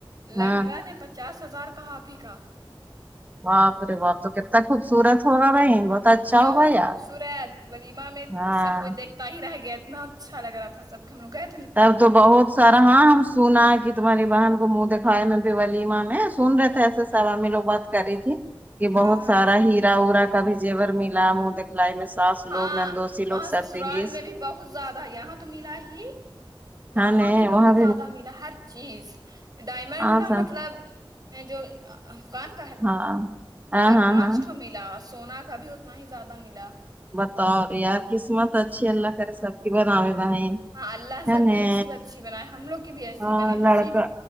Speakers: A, on the right (about 45°); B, on the right (about 20°).
A: لہنگا
B: ہاں
A: نے پچاس ہزار کا آپی کا
B: باپ رے باپ تو کتنا خوبصورت ہوگا بھائی اچھا
A: بہت
B: ہوگا یار
A: خوبصورت ولیما میں
B: ہاں
A: سب کچھ دیکھ تا ہی رہ گیا اتنا اچھا لگ رہا تھا سب ہم لوگئے
B: تب تو بہت سارا ہاں ہم سنا کہ تمہاری بہن کو منہ دکھاائے میں بھی ولیمہ میں سن رہے تھے ایسے سب ہمیں لوگ بات کر رہی تھی کہ
A: ہاں
B: بہت
A: ہاں
B: سارا ہیرا ارا کا بھی جیور ملا منہ دیک لائی میں ساس
A: ہاں
B: لوگ نندوسی
A: وہاں
B: لوگ سرد
A: سسرال
B: ہیز
A: میں بھی بہت زیادہ یہاں تو ملا ہی وہاں
B: ہاں نے
A: بھی بہت
B: وہاں
A: زیادہ ملا ہر چیز ڈائمنڈ
B: ہاں
A: کا
B: صاحب
A: مطلب جو کون
B: ہاں ہاں
A: چار
B: ہاں
A: پانچٹو
B: ہاں
A: ملا سونا کا بھی اتنا ہی زیادہ ملا
B: بطور یار قسمت اچھی اللہ کرے سب کی بناوے بھائین
A: ہاں اللہ سب
B: ا نے
A: کی نصیب اچھی بنائے ہم لوگ کی بھی ایسی
B: آ
A: بنے
B: لڑکا
A: نصیب